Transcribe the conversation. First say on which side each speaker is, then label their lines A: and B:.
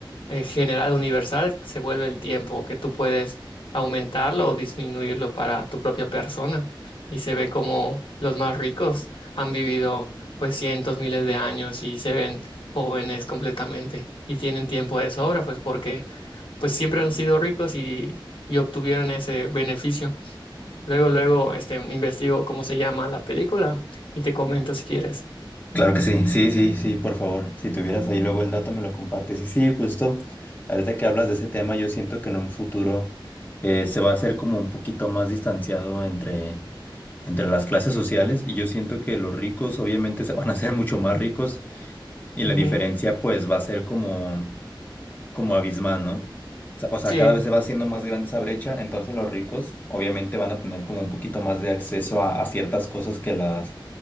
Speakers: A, on the left; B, on the left.
A: eh, general universal se vuelve el tiempo, que tú puedes aumentarlo o disminuirlo para tu propia persona. Y se ve como los más ricos han vivido pues cientos, miles de años y se ven jóvenes completamente y tienen tiempo de sobra, pues porque pues siempre han sido ricos y, y obtuvieron ese beneficio. Luego, luego, este, investigo cómo se llama la película y te comento si quieres.
B: Claro que sí, sí, sí, sí, por favor. Si tuvieras ahí luego el dato, me lo compartes. Y sí, justo ahorita que hablas de ese tema, yo siento que en un futuro eh, se va a hacer como un poquito más distanciado entre, entre las clases sociales y yo siento que los ricos obviamente se van a hacer mucho más ricos y
A: Ujú.
B: la diferencia pues va a ser como como abismal, ¿no? O sea, o sea,
A: Sí,
B: cada vez se va haciendo más grande esa brecha, entonces los ricos obviamente van a tener como un poquito más de acceso a, a ciertas cosas que las,